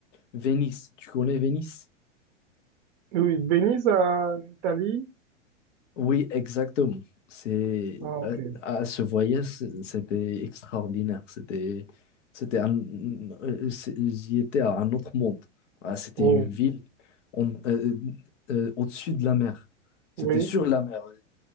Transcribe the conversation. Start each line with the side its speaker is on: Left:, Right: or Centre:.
Left: Venise. Tu connais Venise?
Right: Oui, Venise en Italie.
Left: Oui, exactement. C'est
Right: Ah, ok.
Left: euh, à, à ce voyage, c- c'était extraordinaire. C'était, c'était un, euh, c'est- j'y étais à un autre monde. Ah, c'était
Right: Oh,
Left: une ville on- euh, euh, euh, au-dessus de la mer. C'était
Right: oui.
Left: sur la mer.